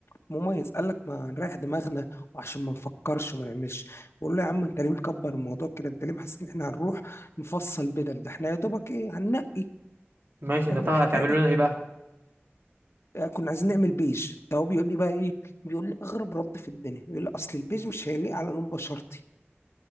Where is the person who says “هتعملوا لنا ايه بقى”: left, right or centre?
Right